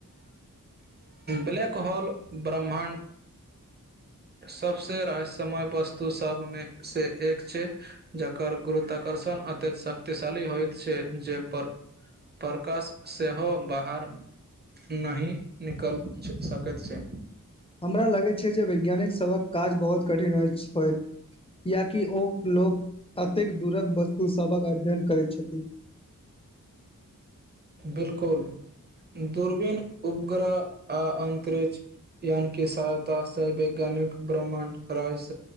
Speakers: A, on the right; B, on the left.
A: ब्लैक होल ब्रह्मण्ड सभसँ रहस्यमय वस्तु सभमे से एक छै जकर गुरुत्वाकर्षण अत्यंत शक्तिशाली होइत छै जे पर प्रकाश सेहो बाहर नहि निकल सकैत छै
B: हमरा लगैत छै जे वैज्ञानिकसभक काज बहुत कठिन होइत होइत कियकि ओ लोक अतेक दूरक वस्तुसभक अध्ययन करैत छथिन <inaudible>
A: बिल्कुल दूरबीन उपग्रह आ अन्तरिक्ष यानि कि सहायतासँ वैज्ञानिक ब्रह्माण्ड राज